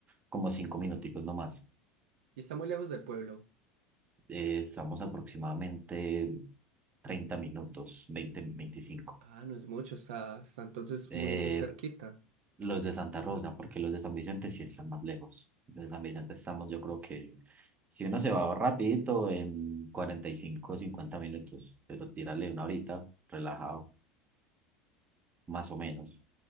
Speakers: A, on the right; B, on the right.
A: como cinco minutitos nomás.
B: ¿Y está muy lejos del pueblo?
A: Eh, estamos aproximadamente 30 minutos, veinte veinticinco
B: Ah, no es mucho, está, está entonces
A: Eh,
B: muy, muy cerquita.
A: los de Santa Rosa, porque los de San Vicente sí están más lejos. De San Vicente estamos, yo creo que si uno se va rapidito en 45, 50 minutos, pero tírale una horita, relajado, más o menos.